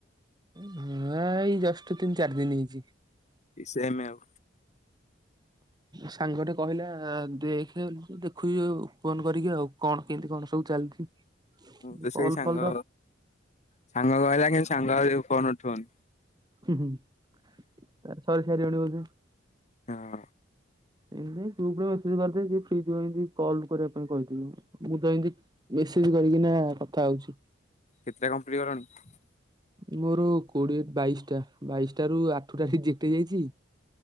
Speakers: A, on the right; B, on the left.
A: ହଁ ଏଇ ଜଷ୍ଟ ତିନି ଚାରି ଦିନ ହେଇଛି।
B: ସେମ ଆଉ।
A: ସାଙ୍ଗଟେ କହିଲା ଦେଖ ଦେଖୁଛି ନ କରିକି ଆଉ କଣ କେମିତି କଣ ସବୁ ଚାଲିଛି?
B: ତ ସେଇ
A: କଲ
B: ସାଙ୍ଗ
A: ଫଲ ତ
B: ସାଙ୍ଗ କହିଲା କିନ୍ତୁ ସାଙ୍ଗ ଫୋନ ଉଠଉନି।
A: ହଁ ହଁ ତାର ସବୁ ସାରିବଣି ବୋଧେ।
B: ହଁ
A: ଏମତି ଗ୍ରୁପରେ ମେସଜ କରିଦେଇଛି ଯିଏ ଫ୍ରି ହୋଇଥିବ ମତେ କଲ କରିବା ପାଇଁ କହିଥିଲି, ମୁଁ ତ ଏମତି ଥି କରିକିନା କଥା ହଉଛି।
B: କେତେଟା କମ୍ପଲିଟ ଗଲାଣି?
A: ମୋର କୋଡିଏ ବାଇଶଟା ବାଇଶଟ ରୁ ଆଠଟା ରିଜେକ୍ଟ ହୋଇ ଯାଇଛି।